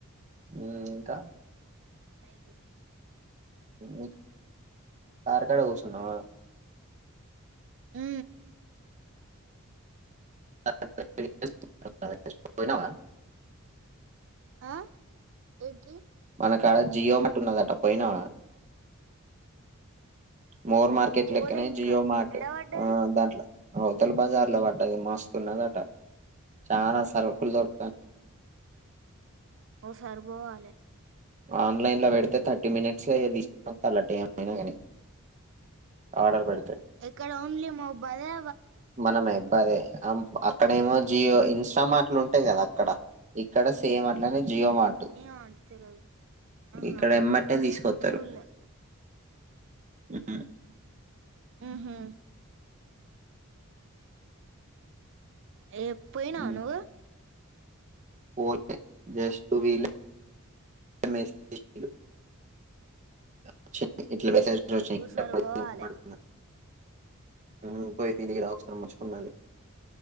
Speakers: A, on the right; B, on the right.
A: మ్ ఇంకా
B: లైక్
A: మ్ కార్ కాడ గూసున్నవా
B: మ్
A: <unintelligible> పొయినవా
B: ఆ ఏడికి
A: మన కాడ జియో మట్ ఉన్నదట పోయినావ మోర్ మార్కెట్
B: పోలే
A: లెక్కనే
B: ఇంకా
A: జియో మార్ట్
B: ఎడబడ్డది
A: ఆ దాంట్ల అవ్తల బజార్ లో వడ్డది మస్తున్నదట చాన సరుకుల్ దొర్
B: ఓ సారి బోవాలె
A: ఆన్లైన్లో పెడితే థర్టీ మినిట్స్లో తీసుకొస్తాలట ఏమైనా గనీ ఆడర్ బెడితె
B: ఇక్కడ ఓన్లీ మొబ్ అదే
A: మనమే బేదె అం అక్కడేమో జియో ఇన్స్టా మాట్లు ఉన్ టయ్ గద అక్కడ ఇక్కడ సేమ్ అట్లనే జియో మార్ట్
B: ఏవొ అండి తెల్వదు ఆహా
A: ఇక్కడ ఎమ్మటే తీసుకొస్తారు
B: సూల్ల్ లే
A: ఉమ్
B: ఊహు ఏ పోయినవా
A: ఉమ్
B: నువ్వూ
A: పోలే జష్ఠ వీల్లే మెసేజ్ జేశిల్లు ఒచ్చింది ఇట్ల <unintelligible>
B: ఓసారి పోవాలే
A: పోయి తిరిగి రా ఒకసారి మంచిగున్నది